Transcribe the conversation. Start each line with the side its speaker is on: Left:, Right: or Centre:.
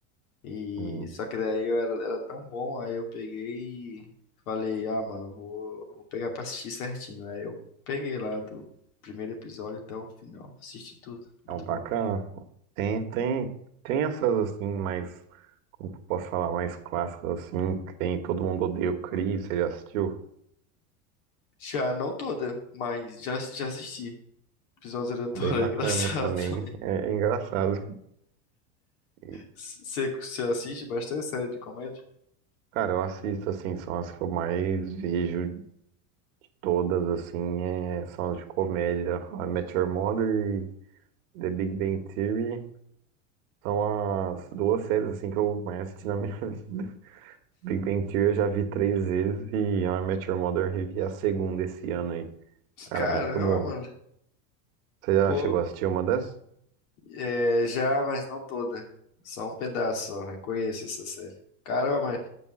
Left: E
Right: Hum,
Left: só que daí eu era, era tão bom, aí eu peguei e falei, ah, mano, vou, vou pegar pra assistir certinho. Aí eu peguei lá do primeiro episódio até o final. Assisti tudo. Muito
Right: é um bacana.
Left: bom.
Right: pô. Tem, tem, tem essas assim, mais. Como que eu posso falar, mais clássicas assim. que Tem Todo Mundo Odeia o Chris, você já assistiu?
Left: Já não toda, mas já, já assisti. Episódios aleatórios,
Right: Bem bacana
Left: <laughs> é engraçado
Right: também.
Left: também.
Right: É, é engraçado. E,
Left: Você você assiste bastante série de comédia?
Right: cara, eu assisto assim, são as que eu mais vejo Todas, assim, é, são de comédia. A Met Your Mother e The Big Bang Theory são as duas séries, assim, que eu mais assisti na minha <laughs> vida. Big Bang Theory eu já vi três vezes e A Met Your Mother eu revi a segunda esse ano aí. Cara,
Left: Caramba,
Right: muito bom.
Left: mano.
Right: Você já
Left: Pô,
Right: chegou a assistir uma dessas?
Left: é, já, mas não toda. Só um pedaço, só. Reconheço essa série. Caramba, mas